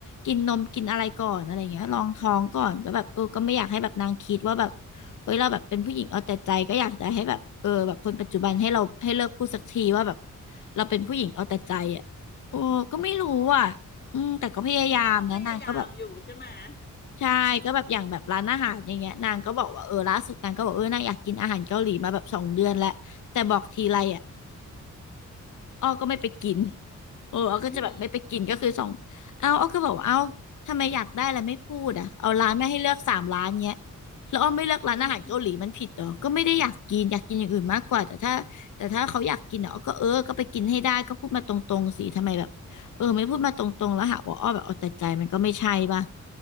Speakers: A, on the left; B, on the left.
A: กินนมกินอะไรก่อนอะไรอย่างเงี้ยลองท้องก่อนก็แบบเออก็ไม่อยากให้แบบนางคิดว่าแบบเฮ้ยเราแบบเป็นผู้หญิงเอาแต่ใจก็อยากจะให้แบบเออแบบคนปัจจุบันให้เราให้เลิกพูดสักทีว่าแบบเราเป็นผู้หญิงเอาแต่ใจอ่ะ โอ้ก็ไม่รู้อ่ะอืมแต่ก็พยายามนะนางก็แบบ
B: อ๋อก็พยายามอยู่ใช่ไหมย
A: ใช่ก็แบบอย่างแบบร้านอาหารอย่างเงี้ยนางก็บอกว่าเออล่าสุดนางก็บอกเออนางอยากกินอาหารเกาหลีมาแบบสองเดือนแล้วแต่บอกทีไรอ่ะ
B: โอ้
A: อ้อก็ไม่ไปกิน
B: อืม
A: เอออ้อก็จะแบบไม่ไปกินก็คือส่งเอาอ้อก็บอกว่าเอาทำไมอยากได้แล้วไม่พูดอ่ะเอาร้านแม่ให้เลือกสามร้านเนี้ย
B: อืม
A: แล้วอ้อไม่เลือกร้านอาหารเกาหลีมันผิดเหรอก็ไม่ได้อยากกินอยากกินอย่างอื่นมากกว่าแต่ถ้าแต่ถ้าเขาอยากกินอ่ะอ้อก็เออก็ไปกินให้ได้ก็พูดมาตรงๆสิทำไมแบบเออไม่พูดมาตรงๆแล้วหาว่าอ้อแบบเอาแต่ใจมันก็ไม่ใช่ป่ะ
B: อืม